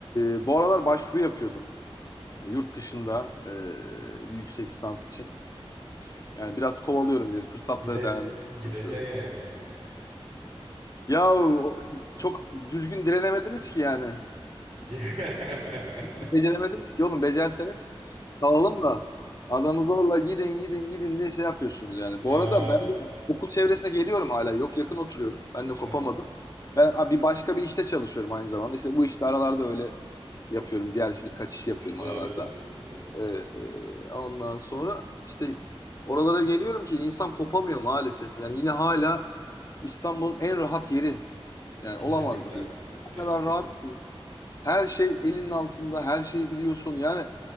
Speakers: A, on the left; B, on the right.
A: e, bu aralar başvuru yapıyordum e, yurt dışında e, bir yüksek lisans için. Yani biraz kovalıyorum diye fırsatları
B: Gide
A: değerlendirmeye
B: gideceksin
A: çalışıyorum.
B: yani.
A: Ya o- çok düzgün direnemediniz ki yani.
B: <laughs>
A: Beceremediniz ki oğlum. Becerseniz kalalım da. Adamı zorla gidin gidin gidin diye şey yapıyorsunuz yani.
B: Ya.
A: Bu arada ben de okul çevresine geliyorum hala. Yok yakın oturuyorum. Ben de kopamadım.
B: he. Ha,
A: Ben ha, bir başka bir işte çalışıyorum aynı zamanda. İşte bu işte aralarda öyle yapıyorum. Diğer iş, birkaç iş yapıyorum
B: Doğrudur.
A: aralarda.
B: Doğrudur.
A: Ee, e, ondan sonra işte oralara geliyorum ki insan kopamıyor maalesef. Yani yine hala İstanbul'un en rahat yeri. Yani
B: Kesinlikle.
A: olamaz böyle. O
B: Kesinlikle.
A: kadar rahat. Her şey elinin altında. Her şeyi biliyorsun. Yani